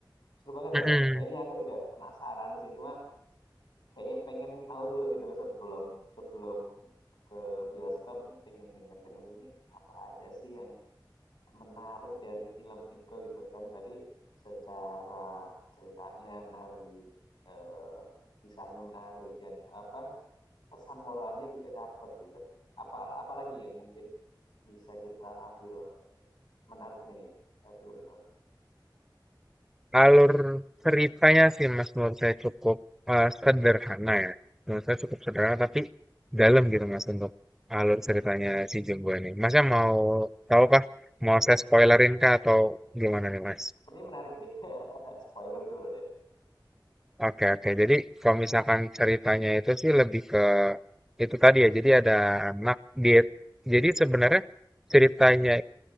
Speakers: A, on the left (about 80°); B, in the centre.
A: Seru banget
B: Mhm.
A: ya, kayaknya aku juga penasaran sih, cuma Kayaknya pengen tahu dulu gitu loh sebelum sebelum ke bioskop nih pengen denger-denger ini apa aja sih yang menarik dari film itu gitu kan tadi secara ceritanya menarik eh, kisahnya menarik dan apa pesan moralnya juga dapat gitu apa apalagi yang mungkin bisa kita ambil menariknya nih eh, film itu
B: Alur ceritanya sih Mas menurut saya cukup, eee, sederhana ya. Menurut saya cukup sederhana tapi dalam gitu Mas untuk alur ceritanya si jumbo ini. Masnya mau tahu kah? Mau saya spoilerin kah atau gimana nih Mas?
A: sepertinya menarik nih <laughs> spoiler dulu deh
B: Oke oke. Jadi kalau misalkan ceritanya itu sih lebih ke itu tadi ya, jadi ada anak dia jadi sebenarnya ceritanya,